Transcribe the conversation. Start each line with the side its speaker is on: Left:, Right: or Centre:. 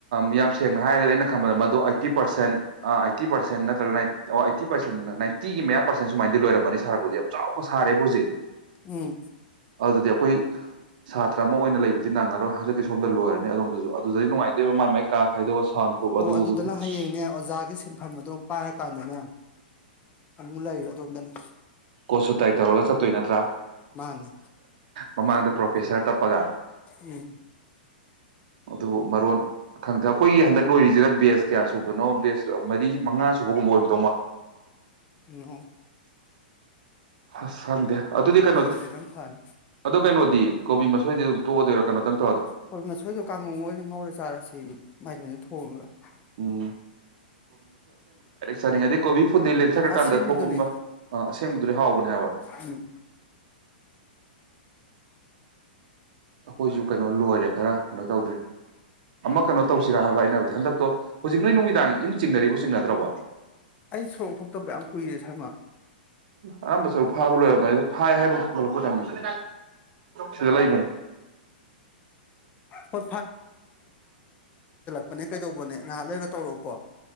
Right: ꯌꯥꯝ ꯁꯦꯡꯅ ꯍꯥꯏꯔꯒꯗꯤ ꯑꯩꯅ ꯈꯟꯝꯕꯗ ꯃꯗꯨ ꯑꯩꯇꯤ ꯄꯔꯁꯦꯟ ꯑꯩꯇꯤ ꯄꯥꯔꯁꯦꯟ ꯅꯠꯇ꯭ꯔꯒꯏ ꯑꯩꯠꯇꯤ ꯄꯥꯔꯁꯦꯟ ꯅꯥꯏꯟꯇꯤꯒꯤ ꯃꯌꯥ ꯄꯔꯁꯦꯟ ꯁꯨꯃꯥꯏꯅꯗꯤ ꯂꯣꯏꯔꯝꯃꯅꯤ ꯁꯥꯔꯛꯄꯁꯦ ꯆꯥꯎꯕ ꯁꯥꯔꯦꯕꯨ ꯍꯧꯖꯤꯛ
Left: ꯎꯝ
Right: ꯑꯗꯨ ꯗꯤ ꯑꯩꯈꯣꯏ ꯁꯥꯇ꯭ꯔ ꯑꯃ ꯑꯣꯏꯅ ꯂꯩꯕꯗꯤ ꯅꯪꯉꯔꯣꯏ ꯍꯟꯗꯛꯀꯤ ꯁꯣꯝꯗ ꯂꯣꯏꯔꯅꯤ ꯑꯗꯣꯝꯗꯁꯨ ꯑꯗꯨꯗꯗꯤ ꯅꯨꯡꯉꯥꯏꯇꯦꯕ ꯃꯥꯒꯤ ꯃꯥꯏ ꯀꯥ ꯈꯥꯏꯗꯣꯛꯑꯒ ꯁꯥꯎꯟ ꯄ꯭ꯔꯨꯞ
Left: ꯑꯣ
Right: ꯑꯗꯨ
Left: ꯑꯗꯨꯗꯅ
Right: ꯑꯗꯨ ꯑꯁ
Left: ꯍꯌꯦꯡꯅꯦ ꯑꯣꯖꯥꯒꯤ ꯁꯤꯟꯐꯝ ꯑꯗꯣ ꯄꯥꯏꯔꯀꯥꯟꯗꯅꯦ ꯑꯗꯨ ꯂꯔꯣ ꯑꯗꯣꯝꯗꯅ
Right: ꯀꯣꯠ ꯁꯨꯠ ꯇꯥꯏ ꯇꯧꯔꯒ ꯆꯠꯇꯣꯏ ꯅꯠꯇ꯭ꯔꯥ
Left: ꯃꯥꯅꯦ
Right: ꯃꯃꯥꯡꯗ
Left: ꯎꯝ
Right: ꯄ꯭ꯔꯣꯐꯦꯁꯔ ꯇꯞꯄꯒ
Left: ꯎꯝ
Right: ꯑꯗꯨꯕꯨ ꯃꯔꯣꯟ ꯈꯪꯗ꯭ꯔꯦ ꯑꯩꯈꯣꯏꯒꯤ ꯍꯟꯗꯛ ꯂꯣꯢꯔꯤꯁꯤꯅ ꯕꯦꯁ ꯀꯌꯥ ꯁꯨꯕꯅꯣ ꯕꯦꯁ ꯃꯔꯤ ꯃꯉꯥ ꯁꯨꯕꯒꯨꯝꯕ ꯑꯣꯔꯝ
Left: ꯃꯤꯍꯣ
Right: ꯑꯁ ꯈꯪꯗꯦ ꯑꯗꯨꯗꯤ ꯀꯩꯅꯣ
Left: ꯑꯣꯏꯔꯗꯤ ꯅꯪ ꯐꯅꯤ
Right: ꯑꯗꯨ ꯀꯩꯅꯣꯗꯤ ꯀꯣꯕꯤ ꯃꯁꯣꯏꯗꯤ ꯑꯗꯨꯝ ꯇꯣꯛꯑꯗꯣꯏꯔ ꯀꯩꯅꯣ <unintelligible>
Left: ꯀꯣꯕꯤ ꯃꯁꯣꯏꯗꯣ ꯀꯥꯡꯉꯧ ꯑꯣꯏꯅ ꯉꯧꯔ ꯆꯥꯔꯁꯦ ꯃꯥꯏꯔꯦꯟꯗꯣ ꯊꯣꯡꯉꯒ
Right: ꯎꯝ ꯁꯔꯉꯗꯤ ꯀꯣꯕꯤ ꯐꯨꯜ ꯈꯨꯨꯟꯗꯦ ꯂꯦꯞꯊꯔꯀꯥꯟꯗ
Left: ꯑꯁꯦꯡꯕꯗꯨꯅꯦ
Right: ꯊꯣꯛꯄ ꯑꯃ ꯑꯁꯦꯡꯕꯗꯨꯗꯤ ꯍꯥꯎꯕꯅꯦ ꯍꯥꯏꯕ
Left: ꯎꯝ
Right: ꯑꯈꯣꯏꯁꯨ ꯀꯩꯅꯣ ꯂꯣꯏꯔꯦ ꯈꯔ ꯀꯩꯅꯣ ꯇꯧꯗ꯭ꯔꯤ ꯑꯃ ꯀꯩꯅꯣ ꯇꯧꯁꯤꯔ ꯍꯥꯏꯕ ꯑꯩꯅ ꯍꯥꯢꯕꯗꯤ ꯍꯟꯗꯛꯇꯣ ꯍꯧꯖꯤꯛ ꯅꯣꯏ ꯅꯨꯃꯤꯗꯥꯡ ꯏꯟ ꯆꯤꯡꯅꯔꯤꯕꯣ ꯆꯤꯡꯅꯗ꯭ꯔꯕꯣ
Left: ꯑꯩ ꯁꯨꯔꯣꯛ ꯊꯣꯛꯇꯕ ꯌꯥꯝ ꯀꯨꯏꯔꯦ ꯁꯔꯃ
Right: ꯑꯅꯝꯕ ꯁꯔꯨꯛ ꯐꯥꯕ ꯂꯣꯏꯔꯝꯃꯗ ꯍꯥꯏ ꯍꯥꯏꯕꯣ ꯍꯧꯒꯠꯂꯛꯄ ꯇꯥꯢꯃꯤꯡꯗꯣ ꯁꯤꯗ ꯂꯩꯕꯅꯦ
Left: ꯍꯣꯏ ꯅꯦ ꯀꯩꯗꯧꯕꯅꯦ ꯅꯍꯥꯛ ꯂꯩꯔꯒ ꯇꯧꯔꯛꯎꯀꯣ